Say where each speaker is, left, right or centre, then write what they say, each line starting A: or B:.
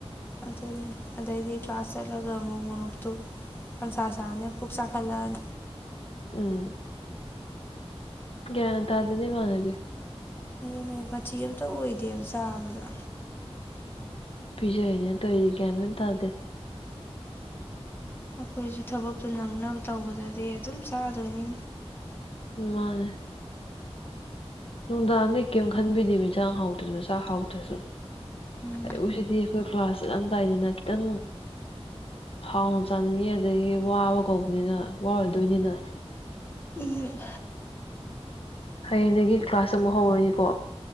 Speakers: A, on the left; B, on the left.
A: ꯑꯗꯨꯅꯦ ꯑꯗꯩꯗꯤ ꯀ꯭ꯂꯥꯁ ꯆꯠꯂꯒ ꯑꯃꯨꯛ ꯃꯣꯔꯣꯛꯇꯨ ꯄꯪꯁꯥ ꯁꯥꯅꯤ ꯕꯨꯛꯁꯥ ꯈꯂꯜ
B: ꯎꯝ ꯒꯌꯥꯟ ꯇꯥꯗꯦꯗ ꯏꯃꯥꯟꯅꯕꯤ
A: ꯑꯗꯨꯩ ꯃꯆꯤ ꯑꯝꯇ ꯑꯣꯏꯗꯦꯕ ꯆꯥꯕꯗ
B: ꯄꯤꯖꯔꯤꯅꯦ ꯇꯧꯔꯤꯗꯤ ꯒꯌꯥꯃꯦꯟ ꯇꯥꯗꯦ
A: ꯑꯩꯈꯣꯏꯁꯨ ꯊꯕꯛꯇꯨ ꯅꯪꯅꯕ ꯇꯧꯕꯗꯗꯤ ꯑꯗꯨꯝ ꯆꯥꯗꯣꯏꯅꯤ
B: ꯃꯉ ꯅꯨꯡꯗꯥꯡꯗ ꯀꯩꯝ ꯈꯟꯕꯤꯗꯦꯕ ꯌꯦꯟꯖꯥꯡ ꯍꯥꯎꯗ꯭ꯔꯁꯨ ꯆꯥꯛ ꯍꯥꯎꯗ꯭ꯔꯁꯨ
A: ꯎꯝ
B: ꯑꯌꯨꯛꯁꯤꯗꯤ ꯑꯩꯈꯣꯏ ꯀ꯭ꯂꯥꯁ ꯆꯠꯂꯂꯝꯗꯥꯏꯗꯅ ꯈꯤꯇꯪ ꯍꯥꯎꯅ ꯆꯥꯅꯤꯡꯉꯤ ꯑꯗꯒꯤ ꯋꯥꯕ ꯀꯧꯕꯅꯤꯅ ꯋꯥꯔꯗꯣꯏꯅꯤꯅ
A: ꯎꯝ
B: ꯍꯌꯦꯡꯗꯒꯤ ꯀ꯭ꯂꯥꯁ ꯑꯃꯨꯛ ꯍꯧꯔꯅꯤꯀꯣ